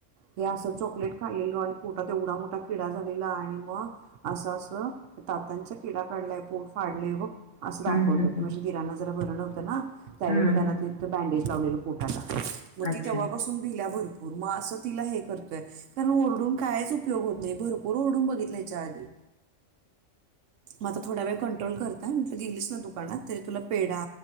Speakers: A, on the right; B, on the left.
A: हे असं चॉकलेट खाल्लेल आणि पोटात एवढा मोठा किडा झालेला, आणि मग असं असं तात्यांचा किडा काढलाय, पोट फाडलाय ब असं दाखवलं
B: हं, हं, हं.
A: म्हणजे, दिरांना जरा बरं नव्हतं ना त्यावेळी
B: हं,
A: म त्यांना
B: हं.
A: ते बँडेज लावलेलं पोटाला मग
B: अच्छा.
A: ती तेव्हापासून भिल्या भरपूर मग असं तिला हे करतोय. कारण, ओरडून कायच उपयोग होत नाही, भरपूर ओरडून बघितलय हेच्या आधी. मग आता थोडा वेळ कंट्रोल करत्या, म म्हटल गेलीस ना दुकानात तरी तुला पेडा